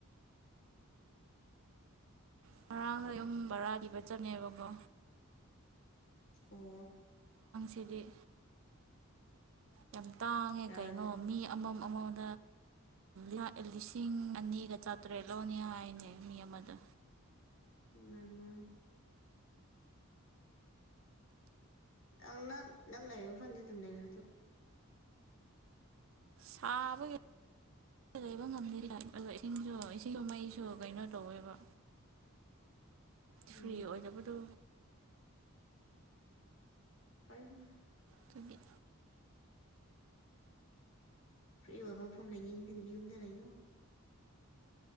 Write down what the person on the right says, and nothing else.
ꯉꯔꯥꯡꯗ ꯌꯨꯝ ꯕꯔꯥꯗꯤꯕ ꯆꯪꯉꯦꯕꯀꯣ꯫
ꯁꯤꯗꯤ ꯌꯥꯝ ꯇꯥꯡꯉꯦ
ꯀꯩꯅꯣ ꯃꯤ ꯑꯃꯝ ꯑꯃꯝ
ꯂꯥꯛ ꯂꯤꯁꯤꯡ ꯑꯅꯤꯒ ꯆꯥꯇ꯭ꯔꯦꯠ ꯂꯧꯅꯤ ꯍꯥꯏꯅꯦ ꯃꯤ ꯑꯃꯗ꯫
ꯁꯥꯕꯒꯤ ꯂꯩꯕ ꯉꯝꯗꯦ ꯂꯥꯏ ꯑꯗꯣ ꯏꯁꯤꯡꯁꯨ ꯏꯁꯤꯡꯁꯨ ꯃꯩꯁꯨ ꯀꯩꯅꯣ ꯇꯧꯋꯦꯕ꯫ ꯐ꯭ꯔꯤ
ꯑꯣꯏꯗꯕꯗꯣ꯫
ꯑꯗꯨꯒꯤ